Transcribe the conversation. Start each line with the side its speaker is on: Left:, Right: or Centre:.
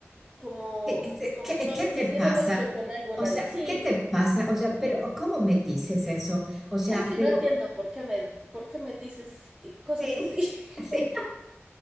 Right: como,
Centre: sí, es- es
Right: como,
Centre: que-
Right: no
Centre: ¿Qué,
Right: sé
Centre: te
Right: si es
Centre: pasa?
Right: que se mezcló con alguna.
Centre: O sea,
Right: Sí,
Centre: ¿qué te pasa? O sea, pero ¿cómo me dices eso? O sea,
Right: es que
Centre: pero
Right: no entiendo por qué me, por qué me dices que- cosas
Centre: sí,
Right: así. <laughs>
Centre: <laughs> sí.